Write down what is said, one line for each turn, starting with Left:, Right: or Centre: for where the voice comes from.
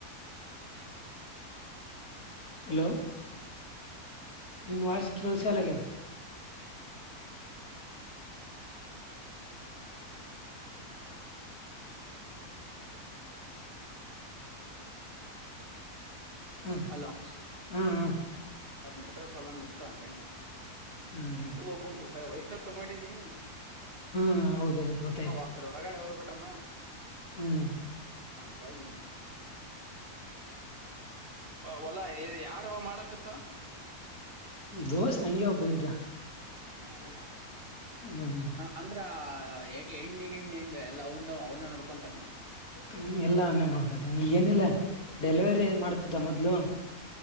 Left: ಹಲೋ ಇನ್ ವಾಯ್ಸ್ ಕೇಳಸಲ್ಲಾಗದ ಹ್ಮ್
Right: ಹಲೋ
Left: ಹ್ಮ್
Right: ನೆಟ್ವರ್ಕ್ ಪ್ರಾಬ್ಲಮ್ ಇತ್ತು ಹಂಗಾಗಿ
Left: ಹ್ಮ್ ಹ್ಮ್
Right: ಒಬ್ಬಂದು ವೈಫೈ ತಗೊಂಡೀನಿ
Left: ಹ್ಮ್ ಹೌದೌದು ಗೊತ್ತಾಯ್ತು
Right: ಅವ ಅಕಡೆ ಹೊರಗಡೆ ಹೋಗಿ ತಮ್ಮ
Left: ಹ್ಮ್
Right: ಹಂಗಾಗಿ ಹೊಲ ಯಾರ ಯಾವ ಮಾಡಕತ್ತ
Left: ದೋಸ್ತ್ ಹಂಗೆ ಒಬ್ಬ ಇದ್ದ
Right: ಹೌದ
Left: ಹ್ಮ್
Right: ಹ ಅಂದ್ರ ಹೆಣ್ಣಿಗೆ ಹಣ್ಣ್ ಹೆಂಗ ಎಲ್ಲ ಅವನು ಅವನ ನಡ್ಕೊಂತಾನೆ
Left: ಹ್ಮ ಎಲ್ಲ ಅವ್ನೆ ನೋಡ್ಕೋತಾನೆ ಈಗ ಏನಿಲ್ಲ ಡೆಲಿವರಿ
Right: ಹ,
Left: ಮಾಡ್ತಿದ್ದ ಮತ್ತೆ ಮೊದ್ಲು